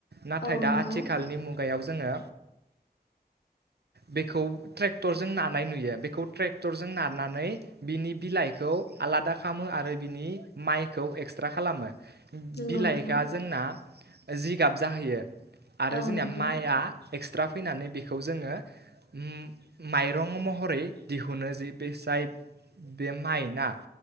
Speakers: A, on the right; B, on the left.
A: नाथाय
B: औ
A: दा
B: नंगौ
A: आथिखालनि मुग गायाव जोङो बेखौ ट्रेक्टरजों नानाय नुयो बेखौ ट्रेक्टरजों नानानै बिनि बिलाइखौ आलादा खालामो आरो बिनि माइखौ एक्सट्रा खालामो।
B: नंगौ
A: बिलाइखा
B: नोंथां
A: जोंना जिगाब जाहैयो। आरो
B: औ
A: जोंनिया
B: नंगौ
A: माइआ एक्सट्रा फैनानै बेखौ जोङो उम माइरं महरै दिहुनो जाय बे माइ ना